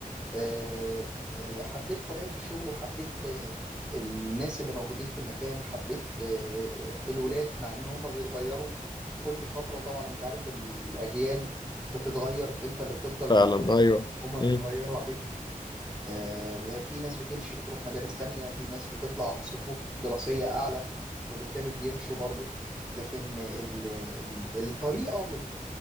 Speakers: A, in the centre; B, on the left.
A: آه، آه، حبيت طبيعه الشغل وحبيت آه، الناس اللي موجودين في المكان حبيت آه، الولاد مع ان هم بيتغيروا كل فتره طبعا انت عارف الاجيال بتتغير انت اللي بتفضل
B: فعلا
A: موجود
B: ايوه
A: هم
B: مم.
A: بيتغيروا عليك آه، في ناس بتمشي بتروح مدارس تانية في ناس بتطلع صفوف دراسيه اعلى وبالتالي بيمشوا برضه لكن ال- ال- الطريقه و-